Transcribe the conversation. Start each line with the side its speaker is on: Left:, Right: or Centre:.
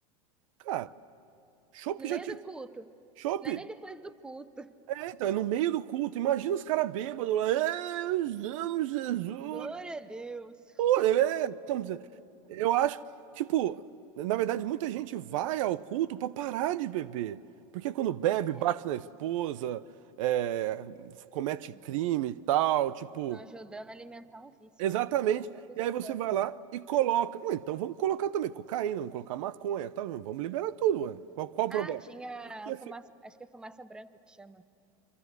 Right: Cara, chopp
Centre: No
Right: já
Centre: meio
Right: tinha.
Centre: do culto.
Right: Chopp!
Centre: Não é nem depois do culto.
Right: É, então, é no meio do culto. Imagina os caras bêbados lá. É, nós amamos Jesus.
Centre: Glória a Deus.
Right: Pô, é, estamos- eu acho, tipo, na verdade, muita gente vai ao culto pra parar de beber. Porque quando bebe, bate
Centre: É.
Right: na esposa, é, comete
Centre: Uhum.
Right: crime e tal, tipo,
Centre: Não, ajudando a alimentar um vício,
Right: exatamente.
Centre: né? Que muitas
Right: E aí
Centre: pessoas
Right: você vai
Centre: têm.
Right: lá e coloca. Ué, então vamos colocar também cocaína, vamos colocar maconha, tá? Vamos liberar tudo, ué. Qual, qual o problema?
Centre: Ah, tinha
Right: Por que
Centre: a fumaça, acho que é fumaça branca que chama.